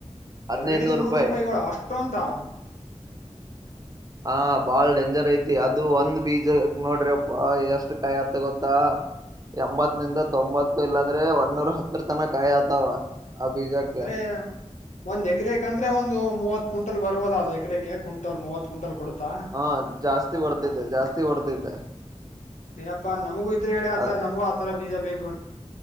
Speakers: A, on the right; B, on the left.
A: ಹದ್ನೈದ
B: ಹದಿನೈದು ನೂರು
A: ರೂಪಾಯಿ
B: ರೂಪಾಯಿಗಳು ಅಷ್ಟೊ ಅಂತ. <unintelligible>
A: ಹ ಬಾಳ್ ಡೇಂಜರ್ ಐತಿ ಅದು ಒಂದ್ ಬೀಜಗ್ ನೋಡ್ರಿ ಅಪ್ಪ ಎಷ್ಟ್ ಕಾಯಿ ಆತ ಗೊತ್ತಾ. <unintelligible>
B: <inaudible>
A: ಎಂಬತ್ ನಿಂದ ತೊಂಬತ್ತು ಇಲ್ಲಾಂದ್ರೆ ಒನ್ನೂರ ಹತ್ರರ ತನ ಕಾಯಿ ಆತಾವ. ಆ ಬೀಜಕ್ಕೆ
B: ಅಂದ್ರೆ. <unintelligible> ಒಂದ್ ಎಕರೆೆ ಅಂದ್ರೆ ಒಂದು ಮೂವತ್ ಕುಂಟಲ್ ಬರವುದ ಅದು ಎಕರೆಕೆ ಕ ಕುಂಟಲ್ ಮೂವತ್ ಕುಂಟಲ್ ಕೊಡುತ್ತಾ. <unintelligible>
A: ಹಾ ಜಾಸ್ತಿ ಬರ್ತೈತೆ ಜಾಸ್ತಿ ಬರ್ತೈತೆ.
B: ಏನಪ್ಪಾ ನಮಗೂ ಇದ್ರೆ ಹೇಳಿ ಆತರ
A: ಅದ
B: ನಮಗೂ ಆತರ ಬೀಜ ಬೇಕು